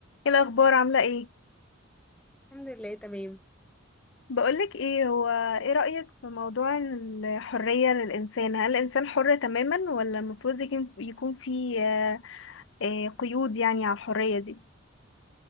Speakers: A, on the left (about 60°); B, in the centre.
A: ايه الاخبار عامله ايه
B: الحمد لله تمام
A: بقولك ايه هو ايه رايك في موضوع الحريه للانسان هل الانسان حر تماما ولا المفروض يكون يكون في آه، آه، قيود يعني على الحريه دي